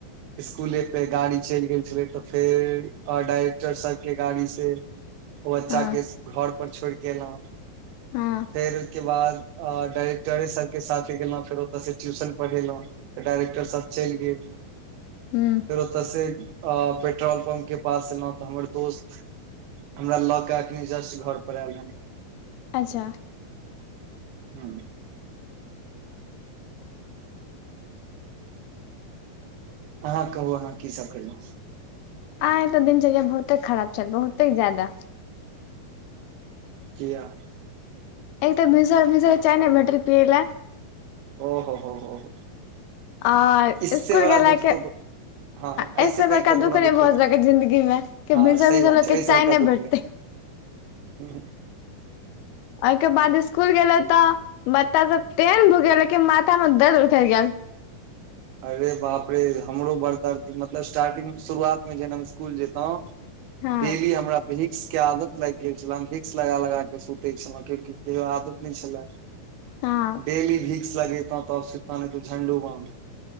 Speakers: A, on the right; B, on the left.
A: स्कूले पे गाड़ी चलि गेल छले तऽ फेर डायरेक्टर सर के गाड़ी से ओ बच्चा
B: हँ
A: के घर पर छोड़िके एलौ
B: हँ
A: फेर के बाद डायरेक्टरे सरके साथे गेलहुँ फेर ओतय से ट्यूशन पढ़ेलहुं तऽ डायरेक्टर सर चैल गेल
B: हू
A: फेर ओतऽ से अ पेट्रोल पम्प के पास एलहुं तऽ हमर दोस्त हमरा लऽ के अखनी जस्ट घर पर आयल हन
B: अच्छा
A: हू अहाँ कहू अहाँ की सब केलौं
B: आ ए तऽ दिनचर्या बहुते खराब छल बहुतेक ज्यादा
A: किया
B: एक तऽ भिसंरे भिसंरे चाय नहि भेटल पियैला
A: ओहो हो हो हो
B: आओर
A: इससे
B: स्कुल
A: बड़ा
B: गेला
A: दुःख
B: के
A: त हँ हँ
B: एहिसँ
A: ऐस पैघ
B: बड़का
A: तऽऽ कोनो
B: नहि
A: दुःख
B: भऽ
A: नय
B: सकै जिन्दगी मे कि
A: हँ
B: भिनसर
A: सही
B: भिनसर
A: बात
B: लोक
A: छै
B: के
A: ऐस
B: चाय
A: बरका दुःख
B: भेटतै
A: नहि ह
B: ओके बाद स्कूल गेलो त बच्चा सब तेन भूकेलक की माथा में दर्द उखैर गेल
A: अरे बाप रे हमरो बर दर्द मतलब स्टार्टिंग शुरुआतमे जेना हम स्कुल जैतो
B: हँ
A: देवी हमरा प ही भिक्स के आदत लाईग गेल छलै भिक्स लगा लगा के सुते छलऊ क्यू केयो आदत नहि छले
B: हँ
A: डेली भिक्स लगेतौ तऽ सुतित्तौ नय त झण्डू बाम